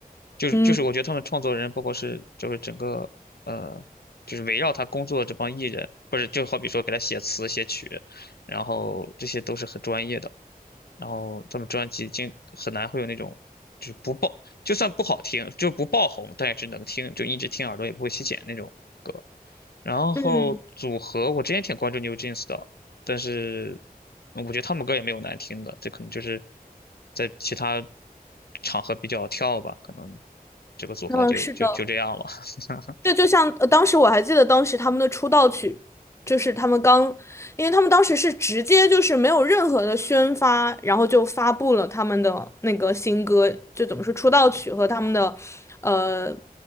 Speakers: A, on the left; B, on the left.
A: 就是就是，
B: 嗯
A: 我觉得他们创作人，包括是就是整个呃，就是围绕他工作的这帮艺人，不是就好比说给他写词写曲，然后这些都是很专业的，然后他们专辑经很难会有那种就是不爆，就算不好听，就不爆红，但也是能听，就一直听耳朵也不会起茧那种歌。然后组合，
B: 嗯，
A: 我之前挺关注 New Jeans 的，但是嗯我觉得他们歌也没有难听的，这可能就是在其他场合比较跳吧，可能这个组合就就就这样了。
B: 嗯，是的。
A: <laughs>
B: 对，就像呃，当时我还记得当时他们的出道曲，就是他们刚，因为他们当时是直接就是没有任何的宣发，然后就发布了他们的那个新歌，就怎么说出道曲和他们的呃